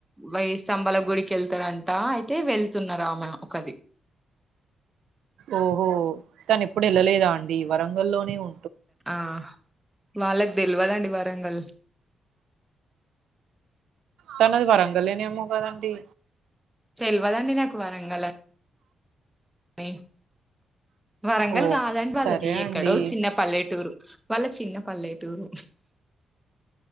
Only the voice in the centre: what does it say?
వెయ్యి స్తంభాల గుడికెళ్తారండి అయితే వెళ్తున్నారు ఆమె! ఒక
ఆ వాళ్ళ తెలివాలండి వరంగల్
తెల్వదండి నాకు వరంగల యి వరంగల్
కాదండి వాళ్ళది
ఎక్కడో
చిన్న పల్లెటూరు వాళ్లది చిన్న పల్లెటూరు